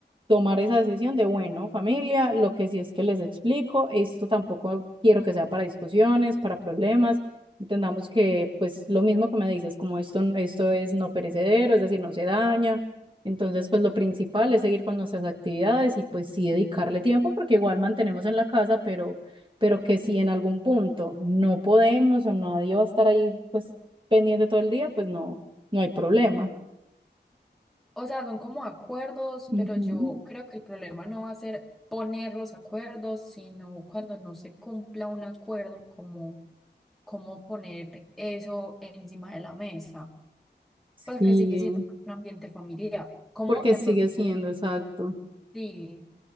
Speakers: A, on the right; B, in the centre.
A: tomar esa decisión de, bueno, familia, lo que sí es que les explico, esto tampoco quiero que sea para discusiones, para problemas. Entendamos que, pues, lo mismo que me dices, como esto, esto es no perecedero, es decir, no se daña entonces, pues lo principal es seguir con nuestras actividades y pues sí dedicarle tiempo porque igual mantenemos en la casa, pero, pero que si en algún punto no podemos o nadie va a estar ahí pues pendiente todo el día, pues no, no hay problema.
B: O sea, son como acuerdos,
A: Ujú.
B: pero yo creo que el problema no va a ser poner los acuerdos, sino cuando no se cumpla un acuerdo, como, cómo poner eso encima de la mesa, porque
A: Sí,
B: sigue siendo un ambiente familiar. Como
A: porque
B: de
A: sigue
B: pronto,
A: siendo exacto.
B: sí,